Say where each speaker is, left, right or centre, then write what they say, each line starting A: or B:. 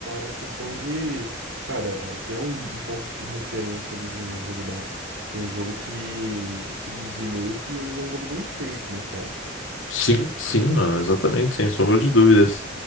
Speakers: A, on the right; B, on the left.
A: a questão de, cara, é até um, um ponto de referência ali de um jogo da, de um jogo que se diz remake e às vezes é um jogo bem feito, né, cara?
B: Sim, sim, mano, exatamente, sem sombra de dúvidas.